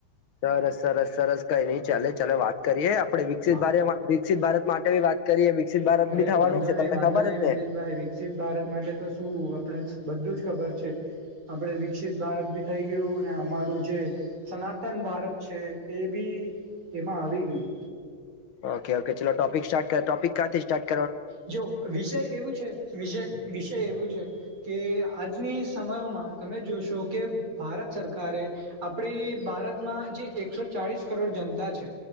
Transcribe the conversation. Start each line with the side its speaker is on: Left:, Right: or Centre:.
Left: સરસ સરસ સરસ. કઈ નહી ચાલે ચ વાત કરીએ આપડે વિક
Right: હા
Left: ભ વિકિત ભારત માટે વાત કરીએ. વિકસિત ભારત
Right: અરે
Left: બી થવાનું
Right: વાંધો
Left: છે
Right: નહી
Left: તમને
Right: વાંધો
Left: ખબર
Right: નહી
Left: જ
Right: મિતશભાઈ
Left: ને
Right: વિકસિત ભારત માટે તો શું આપણે બધું જ ખબર છે આપણે વિકસિત ભારત બી થઈ ગયું ને અમારું જે સનાતન ભારત છે એ બી એમાં આવી ગયું.
Left: ઓકે ઓકે ચલો સ્ટાર્ટ કર ટોપિકા સ્ટારટ
Right: જો વિષય એવું છે વિષય વિષય એવું છે કે આજની સમયોમાં તમે જોશો કે ભારત સરકારે આપડી ભારતમાં જે એકસો ચાળસ કરોડ જનતા છે.